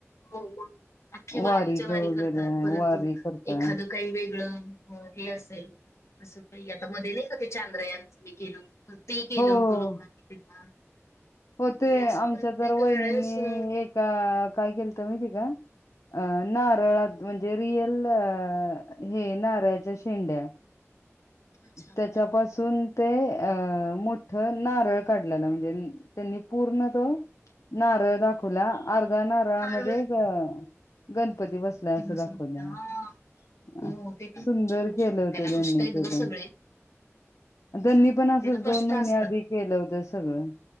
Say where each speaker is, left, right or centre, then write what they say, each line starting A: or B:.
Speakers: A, on the left (about 65°); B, on the left (about 80°).
A: हो हो अख्खी वारीच्या
B: वारीच
A: वारी
B: वगैरे
A: करतात परत
B: वारी करता
A: एखाद काही वेगळं हे असेल असं काही आता मध्ये नाही का ते चांद्रयांचं मी केलं होत तर ते
B: हो
A: केलं होतं
B: हो
A: लोकांनी तेव्हा.
B: होते
A: म्हणजे असं
B: आमच्या
A: प्रत्येक
B: तर वहिनींनी
A: वेळेस अ,
B: एका काय केलं तर माहिती का? अ नारळात म्हणजे रियल हे नारळाच्या शेंड्या
A: अच्छा हा
B: त्याच्यापासून
A: हा.
B: ते अं मोठ नारळ काढलेला म्हणजे त्यांनी पूर्ण तो नारळ दाखवला अर्ध्या नारळामध्ये
A: नारळ
B: ग गणपती बसला असं
A: बसवला
B: दाखवलं.
A: हा. हो
B: अ
A: ते पण
B: सुंदर
A: खूप छान होतो
B: केलं
A: पण
B: होतं
A: त्याला
B: त्यांनी
A: कष्ट आहेत
B: ते
A: ग
B: पण.
A: सगळे. <inaudible>
B: त्यांनी पण असंच
A: त्याला कष्ट
B: दोन महिन्या
A: असतात
B: आधी
A: खूप.
B: केलं होतं सगळं.